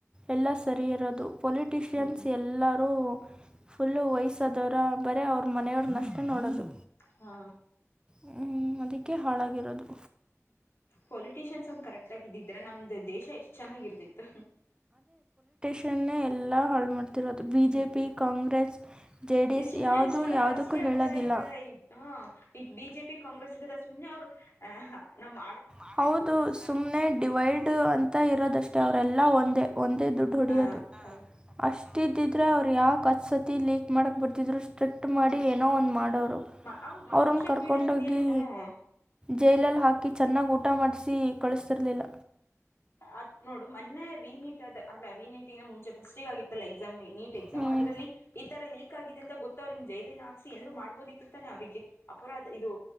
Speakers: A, on the right (about 15°); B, on the left (about 55°).
A: ಎಲ್ಲ ಸರಿ ಇರೋದು ಪೊಲಿಟಿಷಿಯನ್ಸ್
B: ಹ್ಮ್
A: ಎಲ್ಲರೂ. ಫುಲ್ಲು ವಯಸ್ಸಾದವರ ಬರೇ ಅವ್ರ ಮನೆಯವ್ರ ನಷ್ಟ ನೋಡೋದು
B: ಹಾ
A: ಹ್ಮ ಅದಕ್ಕೆ ಹಾಳಾಗಿರೋದು
B: ಪೊಲಿಟಿಷಿಯನ್ಸ್ ಒಂದು ಕರೆಕ್ಟ್ ಆಗ ಇದಿದ್ರೆ ನಮ್ದು ದೇಶ ಎಷ್ಟು ಚೆನ್ನಾಗಿರ್ತಿತ್ತು
A: ಚಣ್ಣ ಎಲ್ಲ ಹಳಮಟ್ಟ ದು ಬಿ
B: ಹ್ಮ್
A: ಜೆ ಪಿ ಕಾಂಗ್ರೆಸ್ ಜೆ ಡಿ
B: ಈ
A: ಎಸ್
B: ಸುಮ್ನೆ
A: ಯಾವುದೂ
B: ನೋಡಕ್
A: ಯಾವುದಕ್ಕೂ
B: ಅಷ್ಟೇ
A: ಹೇಳಾಗಿಲ್ಲ
B: ಆತರ ಇದಾರೆ ಈ ಹ ಈ ಬಿಜೆ ಪಿ ಕಾಂಗ್ರೆಸ್ ಇದಲ್ಲ ಸುನ್ಯ ಅವ್್ರ ನಮ್ಮ್
A: ಹೌದು ಸುಮ್ನೆ ಡಿವೈಡ್ ಅಂತ ಇರೋದಷ್ಟೇ ಅವರೆಲ್ಲಾ ಒಂದೇ ಒಂದೇ ದುಡ್ಡು ಹೊಡಿಯೋದು
B: ಹಾ ಸರಿ
A: ಅಷ್ಟ ಇದ್ದಿದ್ರೆ ಅವ್ರು ಯಾವ ಕತ್ ಸತಿ ಲೀಕ್ ಮಾಡಕ್ ಬಿಟ್ಟ ಕತ್ತಿದ್ರು ಸ್ಟ್ರಿಕ್ಟ್ ಮಾಡಿ ಏನೋ ಒಂದು ಮಾಡೋರು
B: ಹೌದು
A: ಅವ್ರನ್ನ
B: ಸೋಷಿಯಲ್
A: ಕರ್ಕೊಂಡೋಗಿ
B: ಮೀಡಿಯಾದ ಏನ್ ಹ್ಮ
A: ಜೈಲಲ್ಲಿ ಹಾಕಿ ಚೆನ್ನಾಗಿ ಊಟ ಮಾಡಿಸಿ ಕಳಿಸ್ತಿರ್ಲಿಲ್ಲ
B: ಅ ನೋಡು ಮೊನ್ನೆ ರೀನಿಟ್ ಆದ ಅಲ್ಲ ರೀನಿಟ ಮುಂಚೆ ಫಸ್ಟಿಗ ಆಗಿತ್ತಲ್ಲ ಎಕ್ಸಾಮಿ ನೀಟ್ ಎಕ್ಸಾಮ್
A: ಹ್ಮ್
B: ಅದರಲ್ಲಿ ಈ ತರ ಲೀಕ್ ಆಗಿದೆ ಅಂದ ಗೊತ್ತ ಅವ್ರಿಿಗೆ ಜೈಲಿನನ್ಾಕ್ಿ ಎಂದ್ರು ಮಾಡ್ಬೋದ ಇತ್ತುತ್ತಾನೆ ಅವ್ರಿಗೆ ಅಪರ ಅದ ಇದು